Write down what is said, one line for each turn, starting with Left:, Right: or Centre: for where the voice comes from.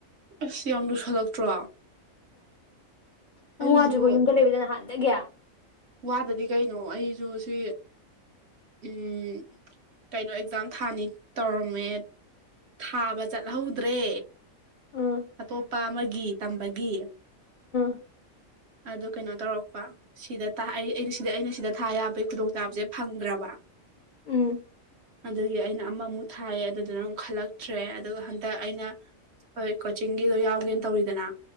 Right: ꯑꯁ ꯌꯥꯝ ꯂꯨꯁꯜꯂꯛꯇ꯭ꯔꯣ
Left: ꯅꯪ
Right: ꯑꯩꯁꯨ
Left: ꯋꯥꯗ꯭ꯔꯤꯕꯣ ꯌꯨꯝꯗ ꯂꯩꯕꯗ ꯅꯍꯥꯟꯗꯒꯤ
Right: ꯋꯥꯗꯗꯤ ꯀꯩꯅꯣ ꯑꯩꯖꯨ ꯁꯤ ꯎꯝ ꯀꯩꯅꯣ ꯑꯦꯛꯖꯥꯝ ꯊꯥꯅꯤ ꯇꯧꯔꯝꯃꯦ ꯊꯥꯕ ꯆꯠꯍꯧꯗ꯭ꯔꯦ
Left: ꯎꯝ
Right: ꯑꯇꯣꯞꯄ ꯑꯃꯒꯤ ꯇꯝꯕꯒꯤ
Left: <inaudible>
Right: ꯑꯗꯨ ꯀꯩꯅꯣ ꯇꯧꯔꯛꯄ ꯁꯤꯗ ꯇꯥ ꯑꯩ ꯑꯩꯅ ꯁꯤꯗ ꯑꯩꯅ ꯁꯤꯗ ꯊꯥ ꯌꯥꯕꯩ ꯈꯨꯗꯣꯡꯆꯥꯕꯖꯦ ꯐꯪꯗ꯭ꯔꯕ
Left: ꯎꯝ
Right: ꯑꯗꯨꯒꯤ ꯑꯩꯅ ꯑꯃꯃꯨꯛ ꯊꯥꯏꯌꯦ ꯑꯗꯨꯗꯅ ꯑꯃꯨꯛ ꯈꯜꯂꯛꯇ꯭ꯔꯦ ꯑꯗꯨꯒ ꯍꯟꯇꯛ ꯑꯩꯅ ꯍꯣꯏ ꯀꯣꯆꯤꯡꯒꯤꯗꯣ ꯌꯥꯎꯒꯦꯅ ꯇꯧꯔꯤꯗꯅ